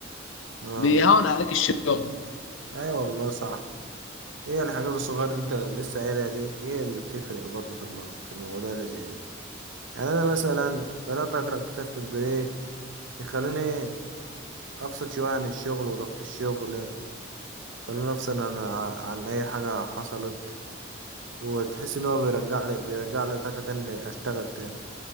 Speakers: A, on the right; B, on the left.
A: آه
B: بيهون عليك الشغل
A: أيوة والله صح هي الحاجات الصغيرة اللي انت لسه قايلها دي هي اللي بتفرق برضه في المو... في المواضيع اللي زي دي يعني انا مثلا بدأت أقرأ كتاب في البريك بيخليني ايه افصل شوية عن الشغل وضغط الشغل خليني افصل عن عن اي حاجة حصلت وتحس اللي هو بيرجع لي بيرجع لي طاقة تاني اشتغل تاني